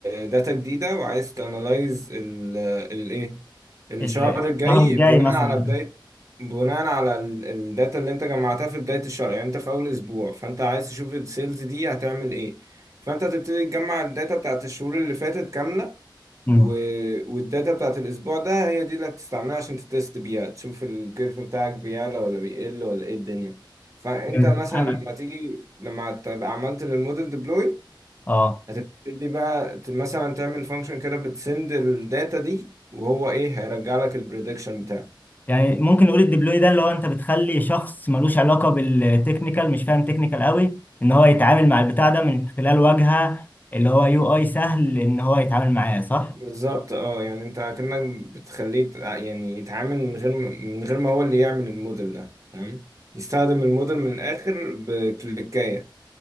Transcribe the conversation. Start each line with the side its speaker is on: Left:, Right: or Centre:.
Right: داتا جديدة وعايز تانالايز الايه الشهر
Left: ال-
Right: الجاي
Left: الشهر الجاي
Right: بناء
Left: مثلا
Right: على بداية بناء على الداتا اللي انت جمعتها في بداية الشهر يعني انت في اول اسبوع فانت عايز تشوف السيلز دي هتعمل ايه فانت تبتدي تجمع الداتا بتاعت الشهور اللي فاتت كاملة
Left: امم
Right: و... والداتا بتاعت الاسبوع ده هي دي اللي هتستعملها عشان تتست بيها تشوف الكيرف بتاعك بيعلى ولا بيقل ولا ايه الدنيا فانت
Left: فهمت.
Right: مثلا
Left: انا
Right: لما تيجي لما تبقى عملت للموديل ديبلوي
Left: اه
Right: هتبتدي بقى ت- مثلا تعمل فانكشن كده بتسند الداتا دي وهو ايه هيرجع لك البريدكشن بتاعه
Left: يعني ممكن نقول الديبلوي ده اللي هو انت بتخلي شخص ملوش علاقه بالتكنيكال مش فاهم تكنيكال قوي ان هو يتعامل مع البتاع ده من خلال واجهه اللي هو يو اي سهل ان هو يتعامل معاه صح
Right: بالظبط اه يعني انت كأنك بتخليه يت- يعني يتعامل من غير ما- من غير ما هو اللي يعمل الموديل ده فاهم يستخدم الموديل من الاخر بكليكاية